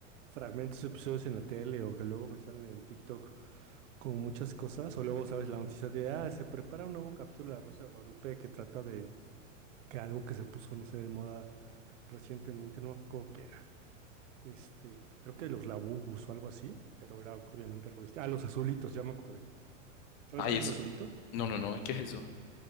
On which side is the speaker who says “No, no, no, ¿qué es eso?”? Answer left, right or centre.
Left